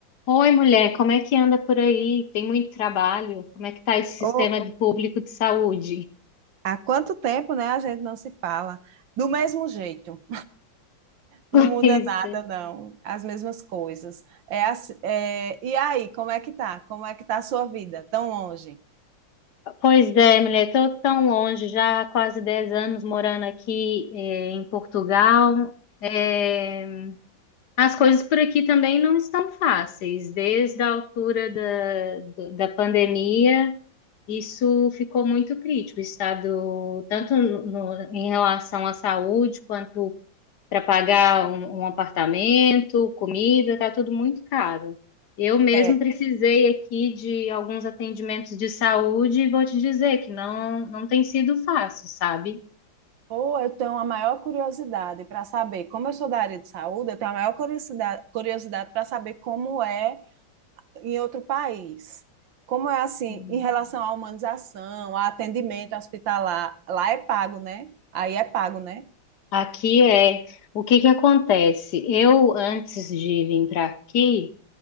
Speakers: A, on the left; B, on the right.
A: Oi, mulher, como é que anda por aí? Tem muito trabalho? Como é que tá esse sistema
B: Ô,
A: de- público de saúde?
B: há quanto tempo, né, a gente não se fala? Do mesmo jeito, não
A: <laughs>
B: muda
A: Pois
B: nada,
A: é,
B: não. As mesmas coisas. É, ass- é, e aí, como é que tá? Como é que tá a sua vida tão longe?
A: pois é, mulher, tô tão longe, já há quase 10 anos morando aqui, eh, em Portugal. Eh, as coisas por aqui também não estão fáceis. Desde a altura da, da pandemia, isso ficou muito crítico, o estado, tanto no- no- em relação à saúde quanto para pagar um, um apartamento, comida, está tudo muito caro. Eu mesmo
B: É,
A: precisei aqui de alguns atendimentos de saúde e vou te dizer que não, não tem sido fácil, sabe?
B: ou eu tenho a maior curiosidade para saber, como eu sou da área de saúde, eu tenho a maior curiosidade, curiosidade para saber como é em outro país. Como é assim,
A: Hum.
B: em relação à humanização, a atendimento hospitalar, lá é pago, né? Aí é pago, né?
A: Aqui é o que que acontece? Eu, antes de vir para aqui,